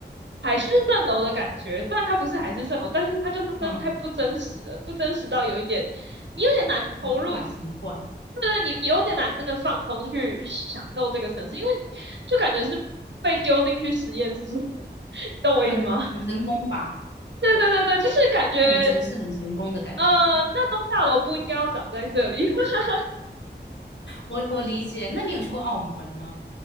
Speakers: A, on the right; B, on the left.
A: 海市蜃楼的感觉，虽然它不是海市蜃楼，但是它就是真的太不真实了，
B: 嗯，
A: 不真实到有一点，你有点难投入
B: 很怪，很怪，
A: 对，你你有点难真的放松去享受这个城市，因为就感觉是被丢进去实验室，<laughs> 你懂我意思吗？
B: 很很人工吧？
A: 对对对对，就是感觉
B: 那整个城市很人工的感觉。
A: 呃，那栋大楼不应该要长在这里。<laughs>
B: 我我理解。那你有去过澳门吗？